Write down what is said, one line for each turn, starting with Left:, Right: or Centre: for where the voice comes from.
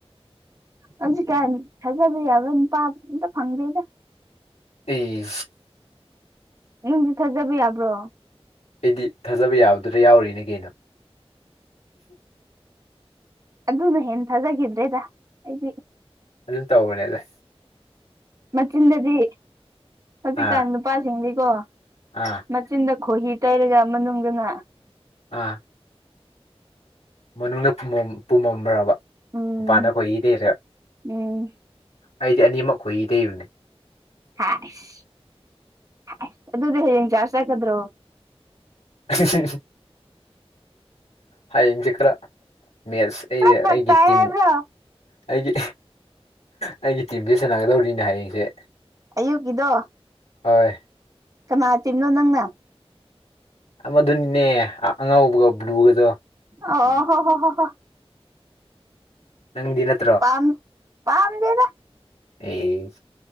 Right: ꯍꯧꯖꯤꯛꯀꯥꯟ ꯊꯥꯖꯕ ꯌꯥꯕ ꯅꯨꯄꯥ ꯑꯝꯇꯥ ꯐꯪꯗꯦꯗ
Left: ꯑꯦ
Right: ꯅꯪꯗꯤ ꯊꯥꯖꯕ ꯌꯥꯕ꯭ꯔꯣ
Left: ꯑꯩꯗꯤ ꯊꯥꯖꯕ ꯌꯥꯕꯗꯨꯗ ꯌꯥꯎꯔꯤꯅꯤ ꯀꯩꯅꯣ
Right: ꯑꯗꯨꯅ ꯍꯦꯟꯅ ꯊꯥꯖꯈꯤꯗ꯭ꯔꯦꯗ ꯑꯩꯗꯤ
Left: ꯑꯗꯨꯝ ꯇꯧꯕꯅꯤꯗꯩ
Right: ꯃꯆꯤꯟꯗꯗꯤ ꯍꯧꯖꯤꯛꯀꯥꯟ
Left: ꯑꯥ
Right: ꯅꯨꯄꯥꯁꯤꯡꯗꯤꯀꯣ
Left: ꯑꯥ
Right: ꯃꯆꯤꯟꯗ ꯈꯣꯍꯤ ꯇꯩꯔꯒ ꯃꯅꯨꯡꯗꯅ
Left: ꯑꯥ ꯃꯅꯨꯡꯗ ꯐꯨꯃꯝ ꯄꯨꯝꯃꯝꯕ꯭ꯔꯕ
Right: ꯎꯝ
Left: ꯃꯄꯥꯟꯗ ꯈꯣꯍꯤ ꯇꯩꯔꯥ
Right: ꯎꯝ
Left: ꯑꯩꯗꯤ ꯑꯅꯤꯃꯛ ꯈꯣꯍꯤ ꯇꯩꯕꯅꯦ
Right: ꯍꯥꯏꯁ ꯍꯥꯏ ꯑꯗꯨꯗꯤ ꯍꯌꯦꯡ ꯆ꯭ꯔꯁ ꯆꯠꯀꯗ꯭ꯔꯣ
Left: <unintelligible> ꯍꯌꯦꯡꯗꯤ ꯈꯔ ꯃꯦꯠꯁ ꯑꯩ
Right: ꯈꯔ ꯐꯔꯛ
Left: ꯑꯩꯒꯤ
Right: ꯇꯥꯏ
Left: ꯇꯤꯝ
Right: ꯍꯥꯏꯕ꯭ꯔꯣ
Left: ꯑꯩꯒꯤ ꯑꯩꯒꯤ ꯇꯤꯝꯃꯦꯁ ꯁꯥꯟꯅꯒꯗꯧꯔꯤꯅꯦ ꯍꯌꯦꯡꯁꯦ
Right: ꯑꯌꯨꯛꯀꯤꯗꯣ
Left: ꯍꯣꯏ
Right: ꯀꯅꯥꯏ ꯇꯤꯝꯅꯣ ꯅꯪꯅ
Left: ꯑꯃꯗꯨꯅꯤꯅꯦ ꯑꯉꯧꯕꯒ ꯕ꯭ꯂꯨꯒꯗꯣ
Right: ꯑꯣ ꯍꯣ ꯍꯣ ꯍꯣ ꯍꯣ
Left: ꯅꯪꯗꯤ ꯅꯠ
Right: ꯄꯥꯝ ꯄꯥꯝꯗꯦꯗ
Left: ꯑꯦ